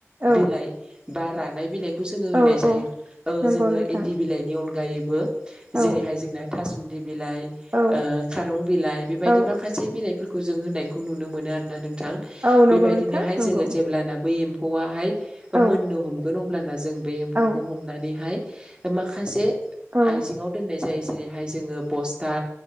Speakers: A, on the right (about 40°); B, on the right (about 20°).
A: औ
B: बिलाइ बा रानाय बिलाइखौ जोङो होनाय
A: औ
B: जायो
A: औ नंगौ
B: जोङो
A: नोंथां
B: इन्दि बिलाइनि अनग अनगायैबो
A: औ
B: जेरैहाय जोंना थासुंलि बिलाइा ओ
A: औ
B: खासं बिलाइ बेबायदि
A: औ
B: माखासे बिलाइफोरखौ जों होनायखौ नुनो मोनो आरोना नों थां
A: औ नंगौ
B: बेबायदिनोहाय
A: नोंथां नंगौ
B: जोङो जेब्लाना बै एम्फौआहाय
A: औ
B: मोननो हमगोन अब्लाना जों बे एम्फौखौ
A: औ
B: हमनानैहाय माखासे आइजेंङआव
A: औ
B: दोननाय जायो जेरैहाय जोङो बस्था